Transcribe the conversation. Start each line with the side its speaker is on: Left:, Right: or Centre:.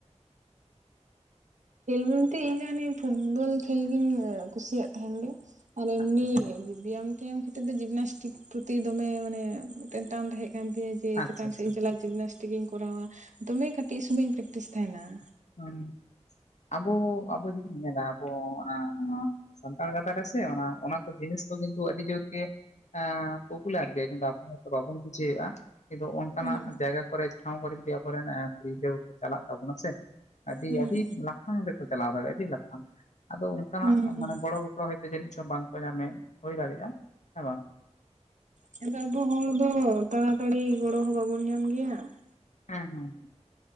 Right: ᱠᱷᱮᱞ ᱢᱮᱱᱛᱮ ᱤᱧᱫᱚ ᱚᱱᱮ ᱯᱷᱩᱴᱵᱚᱞ ᱠᱷᱮᱞ ᱜᱤᱧ ᱠᱩᱥᱤᱭᱟᱜ ᱛᱟᱦᱮᱱ ᱜᱮ ᱾ ᱟᱨ ᱮᱢᱱᱤ
Left: ᱟᱪᱪᱷᱟ ᱟᱪᱪᱷᱟ
Right: ᱵᱮᱭᱟᱢ ᱴᱮᱭᱟᱢ ᱠᱷᱟᱹᱛᱤᱨ ᱛᱮ ᱡᱤᱢᱱᱟᱥᱴᱤᱠ ᱯᱨᱚᱛᱤ ᱫᱚᱢᱮ ᱢᱟᱱᱮ ᱢᱤᱫᱴᱮᱱ ᱴᱟᱱ ᱛᱟᱦᱮᱸ ᱠᱟᱱ ᱛᱤᱧᱟᱹ ᱾ ᱥᱮ
Left: ᱟᱪᱪᱷᱟ
Right: ᱪᱮᱛᱟᱱ
Left: ᱟᱪᱪᱷᱟ
Right: ᱥᱮᱫ ᱤᱧ
Left: ᱟᱪᱪᱷᱟ
Right: ᱪᱟᱞᱟᱜᱼᱟ ᱡᱤᱢᱱᱟᱥᱴᱤᱠ ᱤᱧ ᱠᱚᱨᱟᱣᱟ ᱫᱚᱢᱮ ᱠᱟᱹᱴᱤᱡ ᱥᱩᱢᱚᱭᱧ ᱯᱨᱮᱠᱴᱤᱥ ᱛᱟᱦᱮᱱᱟ ᱾
Left: ᱚᱸ ᱟᱵᱚ, ᱟᱵᱚ ᱡᱩᱫᱤᱢ ᱧᱮᱞᱟ ᱟᱵᱚ ᱚᱱᱟ ᱥᱟᱱᱛᱟᱲ ᱜᱟᱛᱟ ᱨᱮᱥᱮ ᱚᱱᱟ ᱠᱚ ᱡᱤᱱᱤᱥ ᱠᱚ ᱠᱤᱱᱛᱩ ᱟᱹᱰᱤ ᱡᱳᱨᱜ, ᱮ' ᱯᱚᱯᱩᱞᱟᱨ ᱜᱮ ᱠᱤᱱᱛᱩ ᱟᱯᱚ ᱵᱟᱵᱚᱱ ᱵᱩᱡᱷᱟᱹᱣᱼᱮᱜ ᱟ ᱾ ᱠᱤᱱᱛᱩ ᱚᱱᱠᱟᱱᱟᱜ
Right: ᱦᱩᱸ
Left: ᱡᱟᱭᱜᱟ ᱠᱚᱨᱮ ᱴᱷᱟᱸᱶ ᱠᱚᱨᱮ ᱡᱚᱫᱤ ᱟᱵᱚᱨᱮᱱ ᱠᱩᱲᱤ ᱜᱤᱫᱽᱨᱟᱹ ᱠᱚᱠᱚ ᱪᱟᱞᱟᱜ ᱛᱟᱵᱚᱱᱟ ᱥᱮ ᱟᱹᱰᱤ
Right: ᱦᱩᱸ
Left: ᱟᱹᱰᱤ ᱞᱟᱯᱷᱟᱝ ᱨᱮᱠᱚ ᱪᱟᱞᱟᱣ ᱫᱟᱲᱮᱭᱟᱜᱼᱟ ᱟᱹᱰᱤ ᱞᱟᱯᱷᱟᱝ ᱟᱫᱚ ᱚᱱᱠᱟᱱᱟᱜ
Right: ᱦᱩᱸ
Left: ᱢᱟᱱᱮ ᱜᱚᱲᱚ ᱜᱚ ᱨᱚᱭ ᱛᱮ ᱡᱟᱹᱱᱤᱪ ᱪᱚ ᱵᱟᱝᱠᱚ ᱧᱟᱢᱮ ᱦᱳᱭ ᱫᱟᱲᱮᱭᱟᱜᱼᱟ ᱦᱮᱸ ᱵᱟᱝ ᱾
Right: ᱪᱚᱜ, ᱟᱫᱚ ᱟᱵᱚ ᱦᱚᱲ ᱫᱚ ᱛᱟᱲᱟ ᱛᱟᱹᱲᱤ ᱜᱚᱲᱚ ᱦᱚᱸ ᱵᱟᱵᱚᱱ ᱧᱟᱢ ᱜᱮᱭᱟ ᱾
Left: ᱦᱮᱸ ᱦᱮᱸᱸ᱾